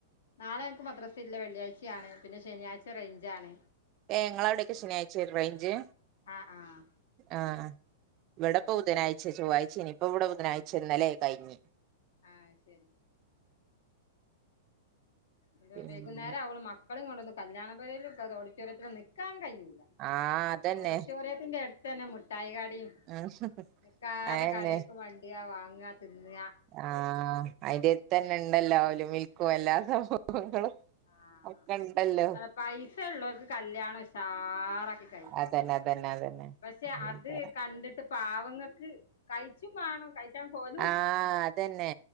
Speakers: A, on the left; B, on the right.
A: നാളെ ഞങ്ങക്ക് മദ്രസ ഇല്ല വെള്ളിയാഴ്ചേണ് പിന്നെ ശനിയാഴ്ച റേഞ്ചാണ്
B: ഏഹ് ഇങ്ങള അവിടെയക്കെ ശനിയാഴ്ച റേഞ്ച്
A: ആഹ് ആഹ്
B: ആഹ് ഇവിടെ ഇപ്പ ബുധനാഴ്ച ചൊവ്വാഴ്ചെയ്ന് ഇപ്പോ ഇവിടെ ബുധനാഴ്ച ഇന്നലെ കഴിഞ്ഞു
A: ആഹ് ശരി എന്ത്
B: പിന്നെ
A: വൈകുന്നേരം അവോള് മക്- മക്കളേം കൊണ്ടൊന്നും കല്യാണപുരേലും <unintelligible> ഓഡിറ്റോറിയത്തിലും നിൽക്കാൻ കഴൂല്ല
B: ആ അതന്നെ
A: ഓഡിറ്റോറിയത്തിന്റെ അടു ത്തന്നെ മുട്ടായി കടേം
B: ഉം
A: നിക്കാതെ
B: അയന്നെ
A: കടേക്ക് വണ്ടിയാ വാങ്ങ തിന്ന.
B: ആഹ് അയിന്റെട്ത്തന്നെ ഉണ്ടല്ലോ അവിൽ മൽക്കും എല്ലാ സംഭവങ്ങളും
A: ആഹ്
B: ഒക്കെ ഇണ്ടല്ലോ
A: അത് പൈസ ഉള്ളവർക്ക് കല്യാണം ഉഷാറാക്കി കഴി
B: അതന്നെ അതന്നെ അതന്നെ
A: പക്ഷെ അത് കണ്ടിട്ട് പാവങ്ങക്ക് കഴിച്ചും വേണം കഴിചാം പൊ-
B: ആഹ് അതന്നെ